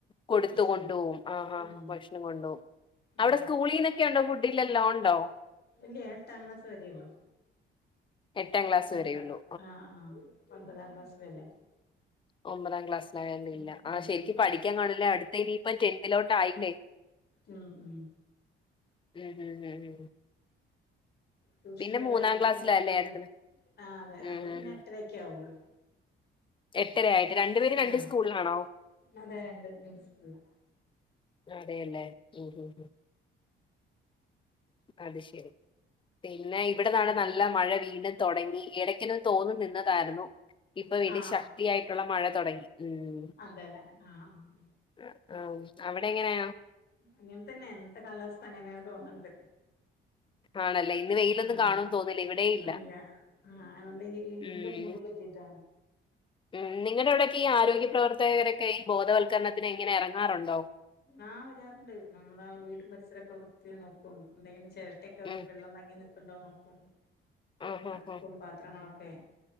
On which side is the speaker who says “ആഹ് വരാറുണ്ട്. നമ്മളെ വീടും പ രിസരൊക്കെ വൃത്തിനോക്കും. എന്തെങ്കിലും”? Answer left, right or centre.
Left